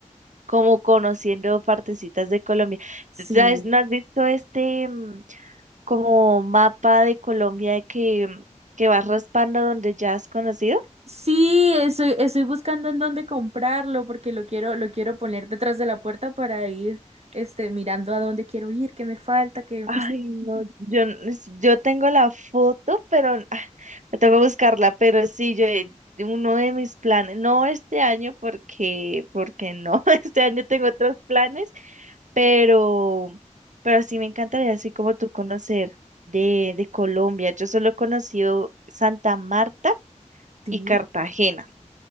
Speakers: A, on the right; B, on the right.
A: como conociendo partecitas de Colombia.
B: Sí.
A: ¿Sabes? ¿No has visto este mm, como mapa de Colombia que, que vas raspando donde ya has conocido?
B: Sí, estoy, estoy buscando en dónde comprarlo porque lo quiero, lo quiero poner detrás de la puerta para ir, este, mirando a dónde quiero ir, qué me falta, qué...
A: Ay, no, yo, n- yo tengo la foto, pero ah, me tengo que buscarla, pero sí, yo, eh, uno de mis planes, no este año porque, porque no, <laughs> este año tengo otros planes, pero, pero sí me encantaría, así como tú conocer de, de Colombia. Yo solo he conocido Santa Marta
B: <laughs> Sí,
A: y Cartagena,